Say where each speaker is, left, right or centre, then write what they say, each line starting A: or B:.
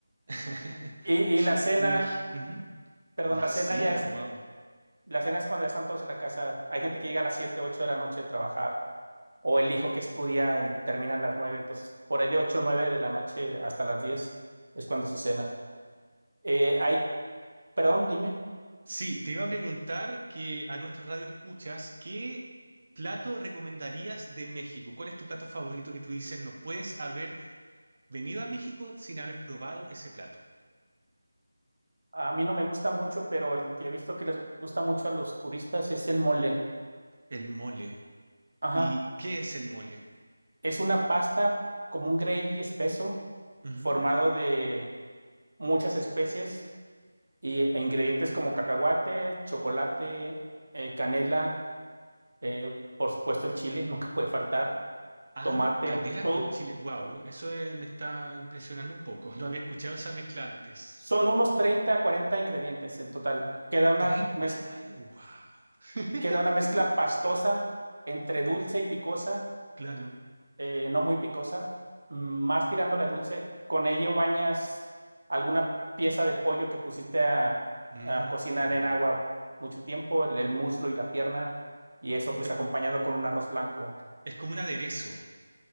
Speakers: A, on the right (about 35°); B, on the right (about 70°).
A: <laughs>
B: Y,
A: Su,
B: y la cena,
A: me imagino.
B: perdón,
A: La
B: la cena
A: cena,
B: ya es,
A: wow.
B: la cena es cuando están todos en la casa. Hay gente que llega a las 7 8 de la noche de trabajar, o el hijo que estudia y termina a las nueve entonces por ahí de 8, 9 de la noche hasta las 10 es cuando se cena. Eh, hay, perdón, dime.
A: Sí, te iba a preguntar que a nuestro radio escuchas, ¿qué plato recomendarías de México? ¿Cuál es tu plato favorito que tú dices no puedes haber venido a México sin haber probado ese plato?
B: A mí no me gusta mucho, pero el que he visto que les gusta mucho a los turistas es el mole.
A: El mole.
B: Ajá.
A: ¿Y qué es el mole?
B: Es una pasta como un gravy espeso,
A: Ujú.
B: formado de muchas especies y, e ingredientes como cacahuate, chocolate, eh, canela, eh, por supuesto el chile, <laughs> nunca puede faltar,
A: Ah,
B: tomate.
A: canela
B: Todo,
A: con chile. Wow, eso eh, me está impresionando un poco. <laughs> No había escuchado esa mezcla antes.
B: son unos 30 a 40 ingredientes en total. Queda una
A: Treinta,
B: mez-
A: cuarenta. Wow. <laughs>
B: queda una mezcla pastosa entre dulce y picosa
A: Claro.
B: eh, no muy picosa, más tirándole a dulce. Con ello bañas alguna pieza de pollo que pusiste a,
A: Mm.
B: a cocinar en agua mucho tiempo, el, el muslo y la pierna, y eso pues
A: Es,
B: acompañado con un arroz blanco.
A: es como un aderezo.